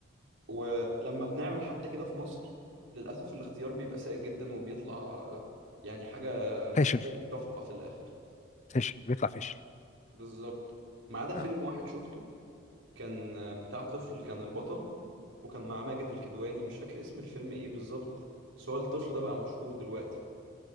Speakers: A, on the right; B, on the left.
A: ولما بنعمل حتى كده في مصر للاسف الاختيار بيبقى سيء جدا وبيطلع يعني حاجه مسيئه
B: فاشل
A: للشفقه في الاخر
B: فاشل بيطلع فاشل
A: بالظبط ما عدا فيلم
B: آه.
A: واحد شفته كان آه، بتاع طفل كان البطل وكان مع ماجد الكدواني مش فاكر اسم الفيلم ايه بالظبط بس هو الطفل ده بقى مشهور دلوقتي